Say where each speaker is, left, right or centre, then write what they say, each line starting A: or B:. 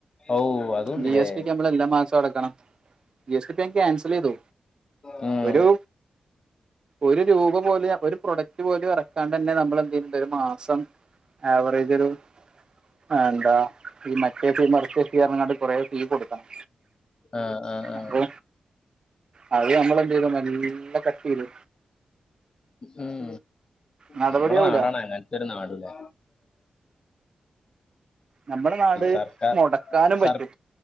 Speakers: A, on the left; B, on the right.
A: ഔ അതുണ്ടല്ലേ
B: ജി എസ് ടി ഒക്കെ നമ്മള് എല്ലാ മാസവും അടക്കണം ജി എസ് ടി ഇപ്പ ഞാൻ ക്യാൻസൽ ചെയ്തു
A: ഉം..
B: ഒരു ഒരു രൂപ പോലും ഒരു പ്രൊഡക്റ്റ് പോലും ഇറക്കാണ്ടന്നെ നമ്മളെന്തെ <unintelligible> ഒരു മാസം- ആവറേജൊരു- എന്താ ഈ മറ്റേ ഫീ മറിച്ചേ ഫീ റന്നങ്ങാണ്ട് കൊറേ ഫീ കൊടുക്കണം.
A: ആഹ് ആഹ് ആഹ്..
B: അപ്പൊ അത് നമ്മളെന്തെയ്തു മെല്ലെ കട്ട്യ്തു.
A: ഉം
B: നടപടിയാവൂല
A: നമ്മളെ നാടാണ്. അങ്ങനത്തൊരു നാടൂല്ലെ
B: നമ്മടെ നാട്
A: സർക്കാർ
B: മൊടക്കാനും പറ്റും
A: സർ